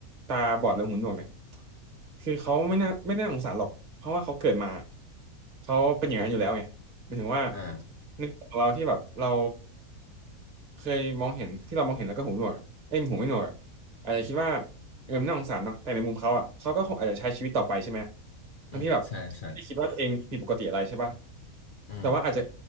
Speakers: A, on the right (about 30°); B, on the left (about 55°).
A: ตาบอดหรือหูหนวกเนี่ยคือเขาไม่น่าไม่น่าสงสารหรอกเพราะว่าเขาเกิดมาเขาเป็นอย่างนั้นอยู่แล้วไงหมายถึงว่า
B: อ่า
A: ในของเราที่แบบเราเคยมองเห็นที่เรามองเห็นแล้วก็หูหนวกอะเอ้ยหูไม่หนวกอะอาจจะคิดว่าเออมันน่าสงสารเนาะแต่ในมุมเขาอ่ะเขาก็คงอาจจะใช้ชีวิตต่อไปใช่ไหม
B: อืมใช่ใช่
A: ทั้งที่แบบไม่ได้คิดว่าตัวเองผิดปกติอะไรใช่ปะ
B: อืม
A: แต่ว่าอาจจะ